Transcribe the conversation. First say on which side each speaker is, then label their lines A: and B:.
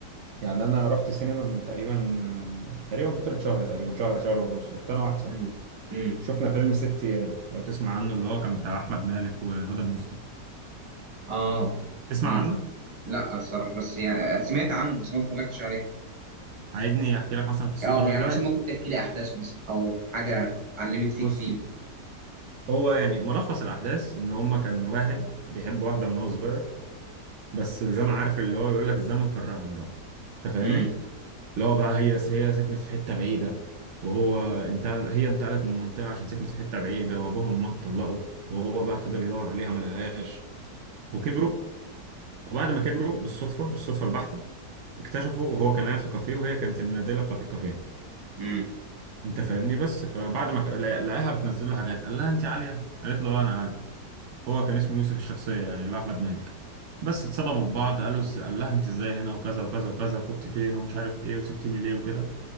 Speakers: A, on the right; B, on the right.
A: يعني انا رحت سينما من تقريبا آه، تقريبا فتره شهر تقريبا شهر شهر ونص رحت انا واحد صاحبي
B: مم. مم.
A: شفنا فيلم ست ايام لو تسمع عنه اللي هو كان بتاع احمد مالك وهدى المفتي
B: اه
A: تسمع
B: مم.
A: عنه
B: لا الصراحه بس يعني سمعت عنه بس ما اتفرجتش عليه
A: عايزني احكي لك مثلا قصته
B: اه
A: لو
B: يعني
A: انت عايز
B: مثلا ممكن تحكي لي احداثه مثلا او حاجه علمت فيك
A: بص
B: فيه مثلا
A: هو يعني ملخص الاحداث ان هما كان واحد بيحب واحده من هو صغير بس الزمن عارف اللي هو بيقول لك الزمن فرقهم بقى انت فاهمني
B: مم.
A: اللي هو بقى هي هي سكنت في حته بعيده وهو انتقل هي انتقلت من منطقه عشان سكنت في حته بعيده وابوهم ما اتطلقوا وهو بقى فضل يدور عليها ما لقاهاش وكبروا وبعد ما كبروا بالصدفة بالصدفة البحتة اكتشفوا وهو كان قاعد في كافيه وهي كانت النادلة بتاعت الكافيه
B: مم.
A: انت فاهمني بس فبعد ما ك- لا- لقاها بتنزل له حاجات قال لها انت عالية قالت له اه انا عالي هو كان اسمه يوسف الشخصية يعني اللي هو احمد مالك بس اتصدموا ببعض قالوا إز- قال لها انت ازاي هنا وكذا وكذا وكذا وكنت فين ومش عارف ايه وسبتيني ليه وكده